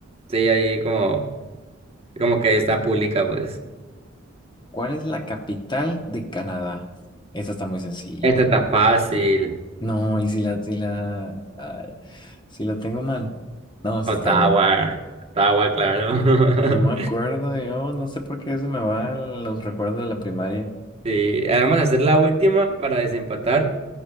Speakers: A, on the right; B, on the left.
A: Sí, ahí como, como que está pública, pues.
B: ¿Cuál es la capital de Canadá? Esa está muy sencilla.
A: Esta está fácil.
B: No, y si la, si la, ay, si la tengo mal. No, sí
A: Ottawa,
B: está bien.
A: Ottawa, claro.
B: No me acuerdo,
A: <laughs>
B: yo no sé por qué se me van los recuerdos de la primaria.
A: Sí, ah, vamos a hacer la última para desempatar,